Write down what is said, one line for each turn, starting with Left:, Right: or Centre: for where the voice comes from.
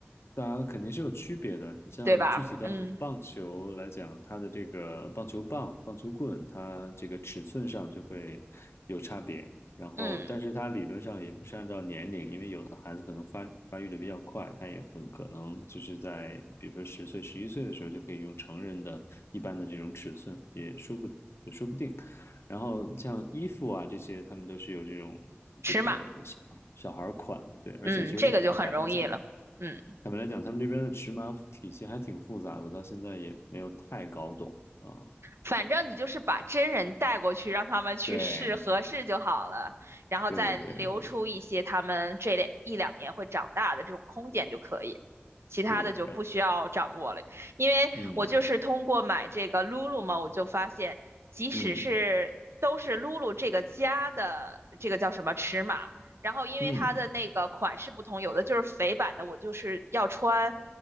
Left: 当然肯定是有区别的。你像具体到棒球来讲，
Right: 对吧？嗯
Left: 它的这个棒球棒、棒球棍，它这个尺寸上就会有差别。然后，
Right: 嗯，
Left: 但是它理论上也不是按照年龄，因为有的孩子可能发发育的比较快，他也很可能就是在比如说十岁、十一岁的时候就可以用成人的一般的这种尺寸，也说不也说不定。然后像衣服啊这些，他们都是有这种这个小孩小孩儿款的，
Right: 尺码，
Left: 对。
Right: 嗯，
Left: 而且其实坦白来讲。
Right: 这个就很容易了。嗯。
Left: 坦白来讲，他们这边的尺码体系还挺复杂的，我到现在也没有太搞懂啊。
Right: 反正你就是把真人带过去，让他们去试合适就好了，
Left: 对
Right: 然后再留出一些他们这两一两年会长大的这种空间就可以，
Left: 对对对
Right: 其他的就不需要掌握了。
Left: 对，然后
Right: 因为我就是通过买这个
Left: 嗯
Right: Lulu 嘛，我就发现，即使是都是
Left: 嗯
Right: Lulu 这个家的这个叫什么尺码，然后因为它的那个款式不同，
Left: 嗯，
Right: 有的就是肥版的，我就是要穿